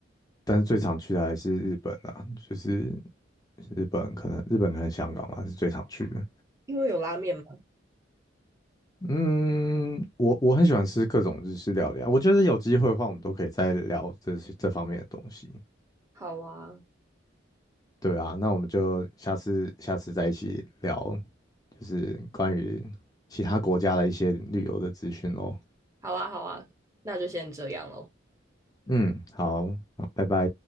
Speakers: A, on the left; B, on the right.
A: 但是最常去的还是日本啊，就是日本可能日本跟香港吧是最常去的。
B: 因为有拉面吗？
A: 嗯，我我很喜欢吃各种日式料理啊，我觉得有机会的话，我们都可以再聊这些这方面的东西。
B: 好啊，
A: 对啊，那我们就下次下次再一起聊，就是关于其他国家的一些旅游的资讯咯。
B: 好啊，好啊，那就先这样咯。
A: 嗯，好，好，拜拜。